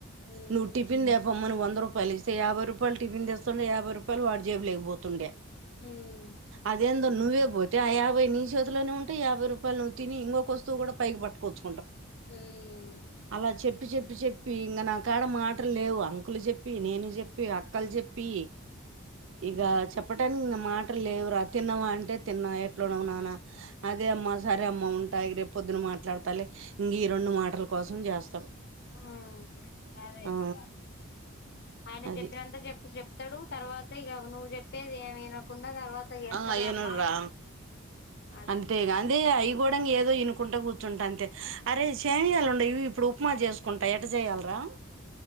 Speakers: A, on the left; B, on the right.
A: ఉమ్
B: నువ్ టిఫిన్ తెపో మ్మని వంద రూపాయలు ఇస్తే యాబై రూపాయలు టిఫన్ తెస్తుండే యాభై రూపాయలు వాడి జేబులోకి పోతుండే
A: ఉమ్
B: అది ఎం నువ్వే పోతే ఆ యాభై నీ చేతిలోనే ఉంటయి యాభై రూపాయలు నువ్వు తిని ఇంకొక వస్తువు కూడా పైకి పట్టుకోచ్
A: మ్
B: అలా చెప్పి చెప్పి చెప్పి ఇంగ నా కాడ మాటలు లేవు అంకులు చెప్పి నేను చెప్పి అక్కలు చెప్ ప్పి ఇగ చెప్పడానికి మ మాటలు లేవు రా తిన్నావా అంటే తిన్నా ఎట్లున్నవ్ నాన్న అదే అమ్మా సరే అమ్మా ఉంటాయి ఇగ రేప్ పొద్దు న మాట్లాడతాలే ఇంగ ఈ రెండు మాటల కోసం చేస్
A: అ అదే
B: ఆ
A: ఇంగ ఆయన
B: అది
A: చెప్పినంతా చెప్ చెప్ త్తడు తర్వాత ఇగ నువ్వు చెప్పేది ఏమి వినకుం డ తర్వాత చేస్తలే
B: ఆ ఏనుర్రా
A: అమ్మా అదే
B: అంతేగా
A: అంటాడు
B: అందే అవి కూడా ఏదో వినుకుంట కూర్చుంటా అంతే అరే సెమీయాలు ఉండయి ఇప్పుడు ఉప్మా చేసుకుంటా ఎట్ట చేయ్యాలీరా <inaudible>